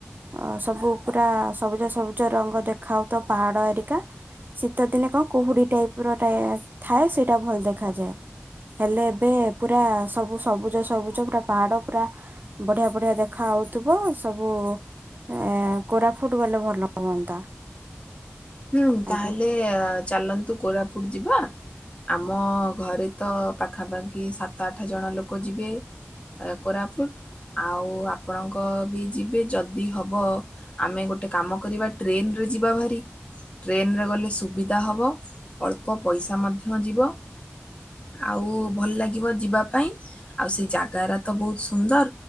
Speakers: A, on the right; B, on the left.
A: ଆ, ସବୁ ପୁରା ସବୁଜ ସବୁଜ ରଙ୍ଗ ଦେଖା ହଉଥିବ ପାହାଡ ହେରିକା, ଶୀତ ଦିନେ କଣ କୁହୁଡି ଟାଇପ୍ ର ଟାଏ ଥାଏ ସେଇଟା ଭଲ ଦେଖାଯାଏ। ହେଲେ ଏବେ ପୁରା ସବୁ ସବୁଜ ସବୁଜ ପୁରା ପାହାଡ ପୁରା ବଢିଆ ବଢିଆ ଦେଖା ହଉଥିବ, ସବୁ ଏଁ, କୋରାଫୁଟ ଗଲେ ଭଲ ହୁଅନ୍ତା।
B: ହୁଁ ତାହେଲେ
A: ଆଜ୍ଞା।
B: ଏ ଚାଲନ୍ତୁ କୋରାପୁଟ ଯିବା ଆମ ଘରେ ତ ପାଖାପାଖି ସାତ ଆଠ ଜଣ ଲୋକ ଯିବେ, ଏ କୋରାବୁଟ୍ ଆଉ ଆପଣଙ୍କ ବି ଯିବେ ଯଦି ହବ ଆମେ ଗୋଟେ କାମ କରିବା ଟ୍ରେନ୍ ରେ ଯିବା ଭାରି। ଟ୍ରେନ୍ ରେ ଗଲେ ସୁବିଧା ହବ, ଅଳ୍ପ ପଇସା ମଧ୍ୟ ଯିବ, ଆଉ ଭଲ ଲାଗିବ ଯିବା ପାଇଁ ଆଉ ସେ ଜାଗାରା ତ ବହୁତ ସୁନ୍ଦର,